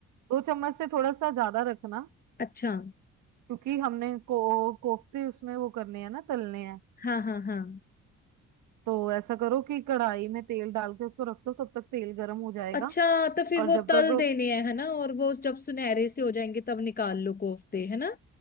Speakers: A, on the right (about 85°); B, on the left (about 30°).
A: दो चम्मच से थोड़ा सा ज्यादा रखना
B: अच्छा
A: क्योंकि हमने को कोफ्ते उसमें वो करने हैं ना तलने हैं
B: हाँ हाँ हाँ
A: तो ऐसा करो कि कढ़ाई में तेल डाल के उसको रख दो तब तक तेल गर्म हो जाएगा
B: अच्छा तो फिर
A: और
B: वो
A: जब
B: तल
A: तक
B: देने हैं है ना और वो जब सुनहरे से हो जाएंगे तब निकाल लो कोफ्ते है ना